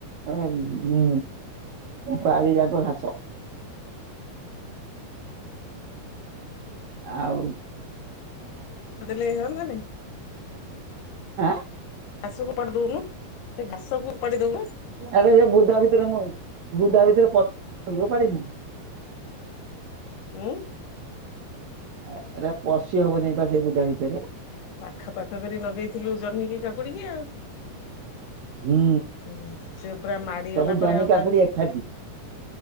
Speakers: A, on the right; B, on the left.
A: ଏ ହୁଁ ବାରି ଯାକ ଘାସ। ଆଉ
B: ଦେଲେ ହନ୍ତାନେଇ?
A: ଆଁ?
B: ଘାସକୁ ଉପାଡ଼ି ଦଉନୁ ସେ ଘାସକୁୁ ଉପାଡ଼ି ଦଉନୁ।
A: ଆରେ ସେ ବୁଦା ଭିତରେ ମୁ ବୁଦା ଭିତରେ ପ ଓପାଡ଼ିନି।
B: ଉଁ?
A: ଏ ଏରା ପଶି ହବନେଇ ପା ସେ ବୁଦା ଭିତରେ।
B: ପାଖା ପାଖ କରି ନଗେଇଥିଲୁ ଜହ୍ନିକି କାକୁଡ଼ିକି ଆଉ।
A: ହୁଁ
B: ସେ ସେ ପୁରା ମାଡ଼ି
A: ସବୁ
B: ଗଲା
A: ଜହ୍ନି
B: ପରେ ଆଉ
A: କାକୁଡି
B: ତା ବି
A: ଏକାଠି